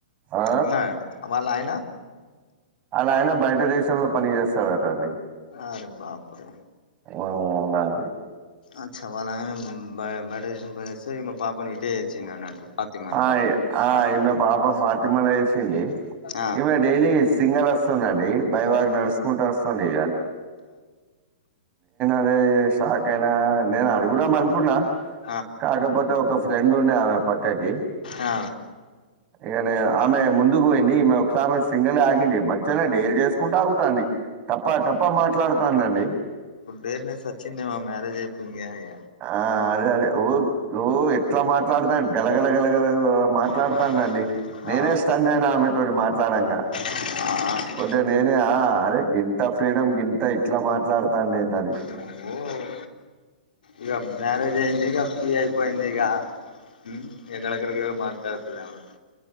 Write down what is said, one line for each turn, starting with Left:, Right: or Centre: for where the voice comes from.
Right: ఆ?
Left: ఉన్నాడా వాళ్ళ ఆయన
Right: ఆళ్ళాయన బయట దేశంలో పని చేస్తాడట అండి.
Left: అరే బపురే
Right: ఆ! అలా అని.
Left: అచ్చ వాళ్ళాయన బ బయట దేశం పోయి వస్తే మా పాపను ఇటే దేచ్చిండు అన్నట్టు ఫాతిమల్ని
Right: ఆ ఆ ఇన్న పాప ఫాతిమల వేసింది
Left: ఆ
Right: ఇమె డైలీ సింగల్ వస్తుందండి బైవాగ్ నడుచుకుంటూ వస్తుంది ఇక అదే షాక్ అయినా నేను అడుగుదాం అనుకున్నా
Left: ఆ
Right: కాకపోతే ఒక ఫ్రెండ్ ఉండే ఆమె పక్కకి
Left: ఆ
Right: ఇగనే ఆమె ముందుకు పోయిందిఈమె ఒకామె ఆమె సింగల్ ఆగంది బట్ ఉత్తగానే డేర్ చేసుకుంటూ ఆగుతాంది తప్ప తప్ప మాట్లాడుతానండి
Left: డేర్ నెస్ వచ్చిందే మా మ్యేజ్ అయిపోయింది ఇగ
Right: ఆ అదే అదే ఊ ఊ ఎట్లా మాట్లాడుతాంది గలగల గలగల మాట్లాడుతాండండి
Left: ఇగ
Right: నేనే
Left: ఆ
Right: స్టన్ అయినా ఆమెతోడు మాట్లాడంగా
Left: ఆ
Right: కొద్దిగ నేనే ఆ అరే గింత ఫ్రీడమ్ గింత ఇట్ల మాట్లాడతాండేందని
Left: నువ్ ఇగ మ్యారేజ్ అయింది ఇగ ఫ్రీ అయిపోయింది ఇగ మ్ ఎక్కడెక్కడికో మాట్లాడతాది ఏమన్న అంటే